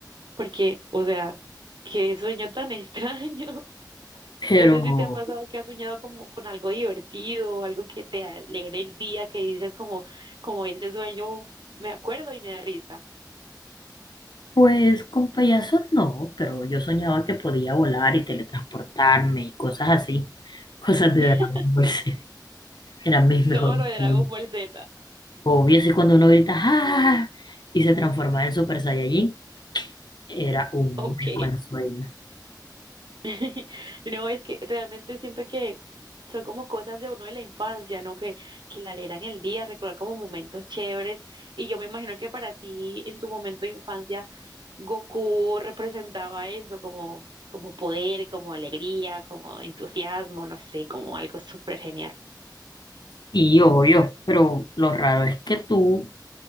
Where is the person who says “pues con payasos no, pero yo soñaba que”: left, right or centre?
Left